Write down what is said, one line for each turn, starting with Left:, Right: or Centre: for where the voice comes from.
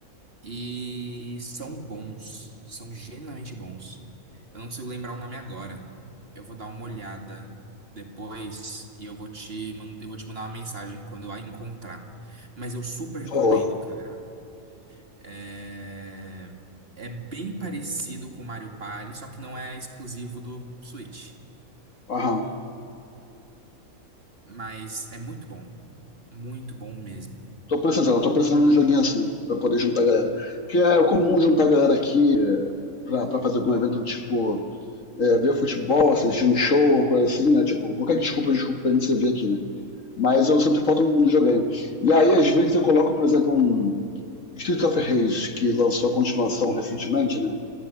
Right: E são bons. São genuinamente bons. Eu não consigo lembrar o nome agora. Eu vou dar uma olhada depois e eu vou te, man- eu vou te mandar uma mensagem quando eu a encontrar. Mas eu super recomendo,
Left: Por favor.
Right: cara. É, é bem parecido com Mario Party, só que não é exclusivo do Switch.
Left: Aham.
Right: Mas é muito bom. Muito bom mesmo.
Left: Tô precisando, tô precisando de um joguinho assim, pra poder juntar a galera. Porque é comum juntar a galera aqui é, pra, pra fazer algum evento do tipo é, ver futebol, assistir um show, uma coisa assim, né? Tipo, qualquer desculpa, desculpa pra gente se ver aqui, né? Mas eu sinto que falta um joguinho. E aí, às vezes, eu coloco, por exemplo, um Street of Rage, que lançou a continuação recentemente, né?